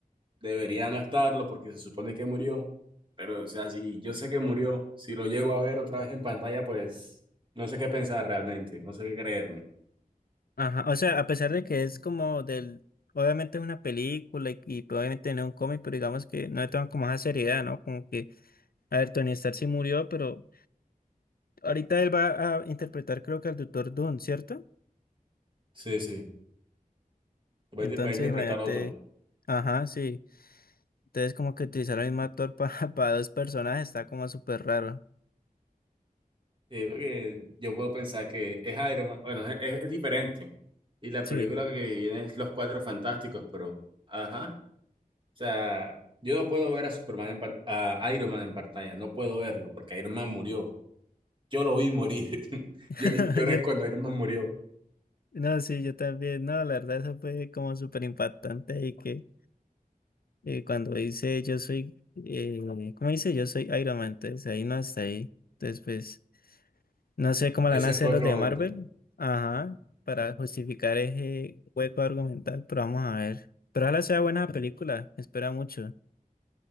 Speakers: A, on the right; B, on the left.
A: Debería no estarlo porque se supone que murió. Pero, o sea, si yo sé que murió, si lo llego a ver otra vez en pantalla, pues, no sé qué pensar realmente, no sé qué creerme.
B: Ajá. O sea, a pesar de que es como del. Obviamente es una película y, y probablemente no es un cómic, pero digamos que no le toman como esa seriedad, ¿no? Como que, a ver, Tony Stark sí murió, pero ahorita él va a interpretar, creo que al Doctor Doom, ¿cierto?
A: Sí, sí, va
B: Entonces,
A: a va a interpretar
B: imagínate.
A: otro.
B: Ajá, sí. Entonces, como que utilizar al mismo actor para <laughs> dos personajes está como súper raro.
A: Sí, porque yo puedo pensar que es Iron Man. Bueno, es, es- es diferente. Y la
B: Sí.
A: película que viene es Los Cuatro Fantásticos, pero, ajá. O sea, yo no puedo ver a Superman en par- a Iron Man en pantalla, no puedo verlo, porque Iron Man murió. Yo lo vi morir. <laughs>
B: <laughs>
A: Yo lloré
B: Yo,
A: cuando Iron Man murió.
B: No, sí, yo también, no, la verdad eso fue como súper impactante y que eh, cuando dice yo soy, eh, ¿cómo dice? Yo soy Iron Man, entonces ahí no está ahí. Entonces, pues, no sé cómo
A: Ese
B: la van a hacer
A: fue
B: los
A: otro
B: de
A: momento.
B: Marvel, ajá, para justificar ese hueco argumental, pero vamos a ver. Pero ojalá sea buena película, espera mucho.